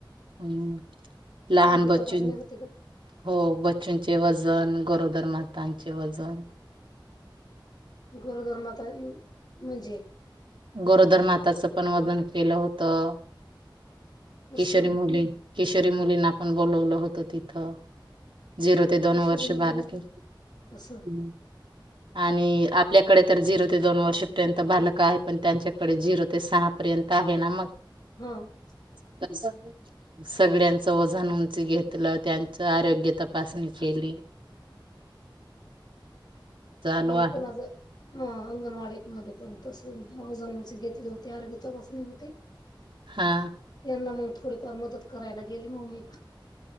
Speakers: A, on the right; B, on the left.
A: हं लहान
B: आरोग्य
A: बच्चूंचे
B: तपासणी होती का
A: हो बच्चूंचे वजन गरोदरमातांचे वजन
B: गरोदर माता म्हणजे?
A: गोरोदर माताचं पण वजन केलं होतं
B: असं
A: किशोरी मुली किशोरी मुलींना पण बोलवलं होत तिथं झिरो ते दोन
B: किशोरी
A: वर्ष
B: मुलींना
A: बालके हं
B: असं
A: आणि आपल्याकडे तर झिरो ते दोन वर्षपर्यंत बालकं आहेत पण त्यांच्याकडे झिरो ते सहा पर्यत आहे ना मग
B: हम्
A: त <unintelligible> सगळ्यांचं वजन उंची घेतलं त्यांच आरोग्य तपासणी केली. चालू
B: आण
A: आहे
B: कुणाचं? हा अंगणवाडीत मध्ये पण तस वजन घेतले होते आरोग्य तपासून होते <inaudible>
A: हा
B: त्यांना मग थोडीफार मदत करायला गेली मग मी